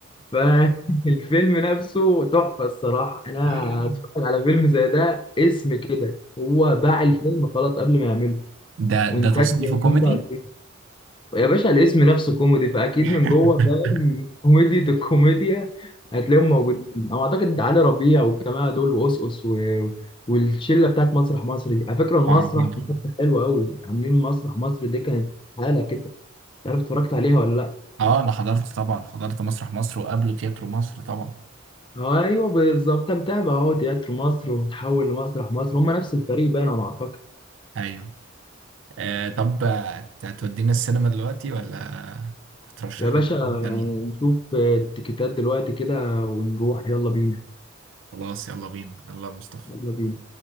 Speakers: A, on the left; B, on the right.
A: فالفيلم <laughs> نفسه تحفه الصراحه انا
B: <laughs>
A: اتفرج على فيلم زي ده اسم كده هو باع الفيلم خلاص قبل ما يعمله
B: ده
A: وانتاج
B: ده تصنيفه كوميدي؟
A: 25 يا باشا الاسم نفسه كوميدي فاكيد
B: <laughs>
A: من جوه فاهم كوميديا الكوميديا هتلاقيهم موجودين او اعتقد علي ربيع والجماعه دول وأسقس و... والشله بتاعت مسرح مصر دي على فكره المسرح
B: معروفين طبعا
A: في مصر حلو قوي عاملين مسرح مصر دي كانت حاله كده مش عارف اتفرجت عليها ولا لا
B: اه انا حضرت طبعا حضرت مسرح مصر وقبله تياترو مصر طبعا
A: آه، ايوه بالظبط متابع اهو تياترو مصر وتحول لمسرح مصر هم نفس الفريق بقى انا ما اعتقد
B: ايوه آه طب آه، هتودينا السينما دلوقتي ولا هترشح
A: يا باشا
B: لنا افلام تانية
A: نشوف التيكيتات دلوقتي كده ونروح يلا بينا
B: خلاص يلا بينا يلا يا مصطفى
A: يلا بينا